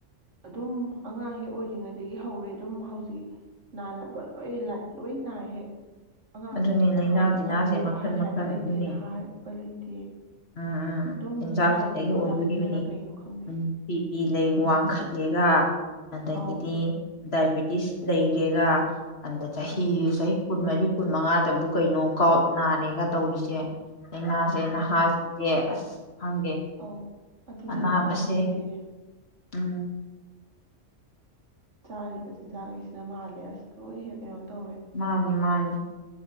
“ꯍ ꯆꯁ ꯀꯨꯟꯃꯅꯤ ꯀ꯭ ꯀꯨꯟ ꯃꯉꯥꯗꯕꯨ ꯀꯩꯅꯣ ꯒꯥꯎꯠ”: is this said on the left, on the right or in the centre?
Left